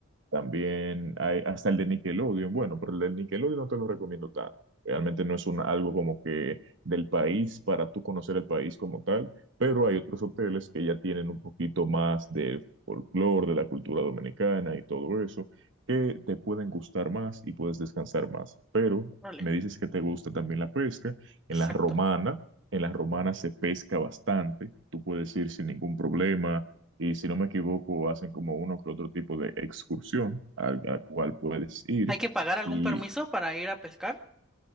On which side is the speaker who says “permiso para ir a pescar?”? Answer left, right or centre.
Centre